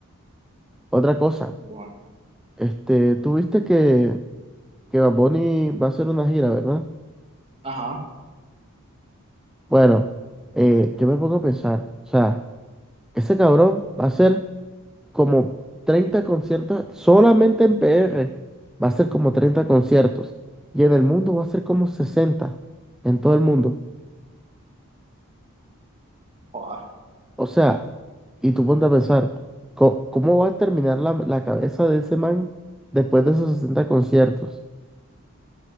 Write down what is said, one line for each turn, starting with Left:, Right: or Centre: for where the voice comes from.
Centre: otra cosa,
Right: Bueno,
Centre: este, tú viste que, que Bad Bunny va a hacer una gira, ¿verdad?
Right: Ajá,
Centre: Bueno, eh, yo me pongo a pensar, o sea, Ese cabrón va a hacer como 30 conciertos solamente en PR. Va a ser como 30 conciertos. Y en el mundo va a ser como 60 En todo el mundo.
Right: joda,
Centre: O sea, y tú ponte a pensar, co- ¿cómo va a terminar la, la cabeza de ese man después de esos 60 conciertos?